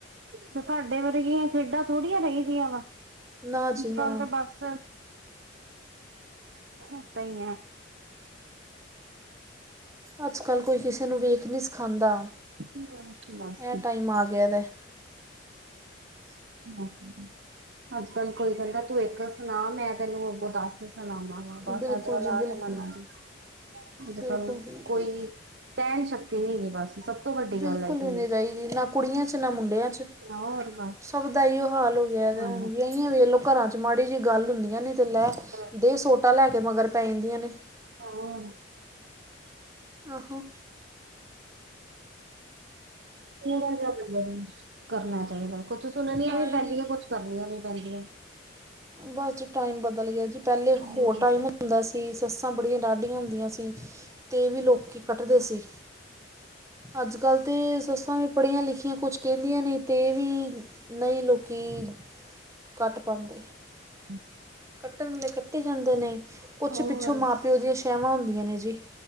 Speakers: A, on the right; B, on the right.
A: ਤੇ ਸਾਡੇ ਵਰਗੀਆਂ ਖੇਡਾਂ ਥੋੜੀਆਂ ਰਹੀਦੀਆਂ ਵਾ। ਅੱਜਕਲ
B: ਨਾ ਜੀ ਨਾ
A: ਤੇ ਬਸ ਇਦਾਂ ਹੀ ਹੈ।
B: ਅੱਜ ਕੱਲ੍ਹ ਕੋਈ ਕਿਸੇ ਨੂੰ ਵੇਖ ਨਹੀਂ ਸਿਖਾਉਂਦਾ
A: ਬਸ ਬਸ
B: ਐਂ ਟਾਈਮ ਆ ਗਿਆ ਵੈ। <unintelligible>
A: <inaudible> ਅੱਜ ਕੱਲ ਕੋਈ ਕਹਿੰਦਾ, ਤੂੰ ਇੱਕ ਸੁਣਾ ਮੈਂ ਤੈਨੂੰ ਅੱਗੋਂ ਦੱਸ ਸੁਣਾਦਾ। ਹਾਂ ਬਸ
B: ਬਿਲਕੁਲ
A: ਅੱਜ ਕੱਲ
B: ਜੀ ਬਿਲਕੁਲ
A: ਆਹ ਜਮਾਨਾ ਜੀ ਅੱਜ
B: ਬਿਲਕੁਲ
A: ਕੱਲ
B: ਬਿਲਕੁਲ
A: ਕੋਈ ਸਹਿਣ ਸ਼ਕਤੀ ਨਹੀਂ ਹੈ। ਬਸ ਸਭ ਤੋਂ ਵੱਡੀ
B: ਬਿਲਕੁਲ
A: ਗੱਲ ਹੈਗੀ
B: ਵੀ ਨਹੀਂ
A: ਹੈ
B: ਰਹੀਦੀ ਨਾ ਕੁੜੀਆਂ 'ਚ ਨਾ ਮੁੰਡਿਆਂ 'ਚ।
A: ਹੋਰ ਬਸ
B: ਸਭ ਦਾ ਓ ਹਾਲ ਹੋ ਗਿਆ। ਤੇ
A: ਹਾਂ
B: ਹੁਣ ਵੀਹੀਆਂ ਵੇਖ ਲੋ। ਘਰਾਂ ਚ ਮਾੜੀ ਜਿਹੀ ਗੱਲ ਹੁੰਦੀਆਂ ਨੇ ਤੇ ਲੈ
A: ਬਸ
B: ਦੇ ਸੋਟਾ ਲੈ ਕੇ ਮਗਰ ਪੈ ਜਾਂਦੀਆਂ ਨੇ।
A: <unintelligible>
B: ਆਹੋ।
A: ਥੋੜਾ ਜਿਹਾ ਬੰਦੇ ਨੂੰ ਕਰਨਾ ਚਾਹੀਦਾ। ਕੁੱਛ ਸੁਣਨੀਆਂ
B: ਟਾਈਮ
A: ਵੀ ਪੈਂਦੀਆਂ ਕੁੱਛ ਕਰਨੀਆਂ ਵੀ ਪੈਂਦੀਆਂ।
B: ਬਸ ਜੀ ਟਾਈਮ ਬਦਲ ਗਿਆ ਜੀ ਪਹਿਲੇ
A: ਹਮ
B: ਹੋਰ ਟਾਈਮ ਹੁੰਦਾ ਸੀ ਸੱਸਾਂ ਬੜੀਆਂ ਡਾਢੀਆਂ ਹੁੰਦੀਆਂ ਸੀ ਤੇ ਇਹ ਵੀ ਲੋਕੀ ਕੱਟਦੇ ਸੀ। ਅੱਜ ਕੱਲ੍ਹ ਅਤੇ ਸੱਸਾਂ ਵੀ ਪੜ੍ਹੀਆਂ ਲਿਖੀਆਂ, ਕੁਛ ਕਹਿੰਦੀਆਂ ਨਹੀਂ ਅਤੇ ਵੀ ਨਹੀਂ ਲੋਕੀ ਘੱਟ ਪਾਉਂਦੇ।
A: ਅੱ
B: ਕੱਟਣ ਆਲੇ ਕੱਟੀ ਜਾਂਦੇ ਨੇ, ਕੁਛ
A: ਹੋਰ
B: ਪਿੱਛੋਂ ਮਾਂ ਪਿਓ ਦੀਆਂ ਛੇਵਾਂ ਹੁੰਦੀਆਂ ਨੇ, ਜੀ।